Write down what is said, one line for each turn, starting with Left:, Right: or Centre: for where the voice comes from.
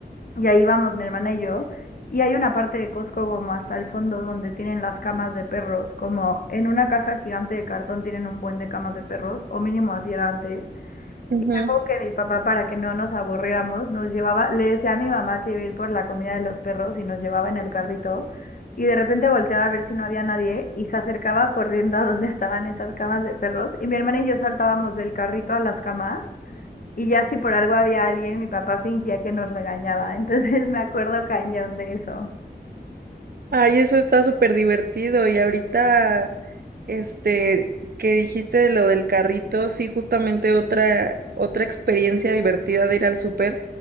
Left: y ahí íbamos mi hermana y yo. Y hay una parte de Costco como hasta el fondo donde tienen las camas de perros, como en una caja gigante de cartón tienen un buen de camas de perros, o mínimo así era antes.
Right: Ujú.
Left: Y me acuerdo que mi papá, para que no nos aburriéramos, nos llevaba, le decía a mi mamá que iba a ir por la comida de los perros y nos llevaba en el carrito. Y de repente volteaba a ver si no había nadie y se acercaba corriendo a donde estaban esas camas de perros. Y mi hermana y yo saltábamos del carrito a las camas. Y ya si por algo había alguien, mi papá fingía que nos regañaba. Entonces <laughs> me acuerdo cañón de eso.
Right: Ay, eso está súper divertido. Y ahorita, este, que dijiste de lo del carrito, sí, justamente otra, otra experiencia divertida de ir al súper